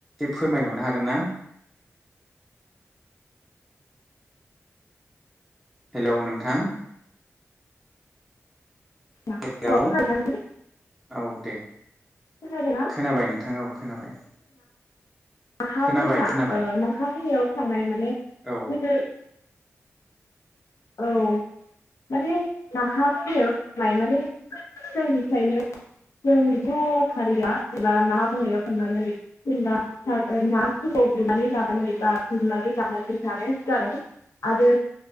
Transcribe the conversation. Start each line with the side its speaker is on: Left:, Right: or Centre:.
Centre: फोरमायहरनो हागोन ना हेलौ नोंथां
Left: <unintelligible>
Centre: हेलौ औ दे
Left: खोनादोंना
Centre: खोनाबाय नोंथां औ खोनाबाय
Left: नाहा
Centre: खोनाबाय
Left: मैहा ओ
Centre: खोनाबाय
Left: नाहा मैहायायाव थांनाय माने
Centre: औ
Left: <unintelligible> औ माने नाहा मैहायाव थांनाय माने जोंनिफ्रायनो जों ज' फारिया जेनबा नाहा बायाव थांनानै जेनेबा नाफोराव गुरनानै लानानै बा गुरनानै गाननानै जानाय जादों आरो